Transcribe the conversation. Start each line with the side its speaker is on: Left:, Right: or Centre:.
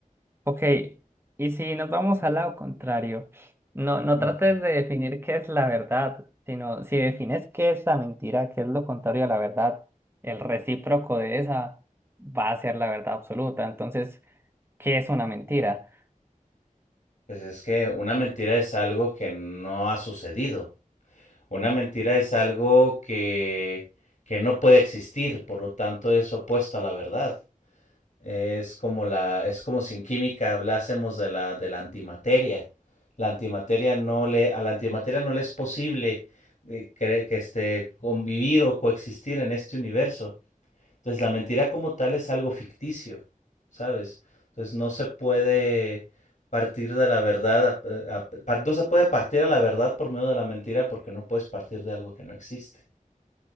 Right: Ok, y si nos vamos al lado contrario, no, no
Left: Uh-huh.
Right: trates de definir qué es la verdad, sino si defines qué es la mentira, qué es lo contrario a la verdad, el recíproco de esa va a ser la verdad absoluta. Entonces, ¿qué es una mentira?
Left: Pues es que una mentira es algo que no ha sucedido. Una mentira es algo que, que no puede existir, por lo tanto es opuesto a la verdad. Es como la, es como si en química hablásemos de la, de la antimateria. La antimateria no le, a la antimateria no le es posible eh, cre- que este, convivir o coexistir en este universo. Entonces la mentira como tal es algo ficticio, ¿sabes? Entonces no se puede partir de la verdad, a- a- par- no se puede partir a la verdad por medio de la mentira porque no puedes partir de algo que no existe.